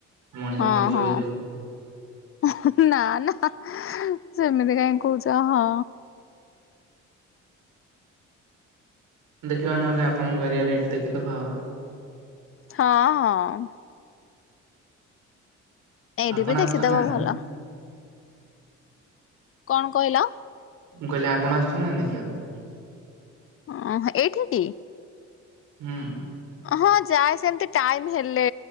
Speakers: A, on the right; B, on the left.
A: ମଣିଷ
B: ହଁ
A: ମରିଯିବ
B: ହଁ
A: ଭିତରେ
B: ନା ନା ସେମିତି କାହିଁ କହୁଚ। ହଁ!
A: ଦେଖିବା ନହେଲେ ଆପଣଙ୍କ ଏରିଆ ରେ, ହେଇଠି ଦେଖିଦେବା। ଆଉ
B: ହଁ ହଁ! ଏଇଠି
A: ଆପଣ
B: ବି ଦେଖିଦବ
A: ଆସିଛନ୍ତି ନା ନାଇଁ?
B: ଭଲ। କ'ଣ କହିଲ?
A: ମୁଁ କହିଲି ଆପଣ ଆସୁଛନ୍ତି ନା ଦେଖିବାକୁ?
B: ହଁ! ଏଇଠିି କି
A: ହୁଁ!
B: ହଁ! ଯାଏ ସେମିତି ଟାଇମ ହେଲେ,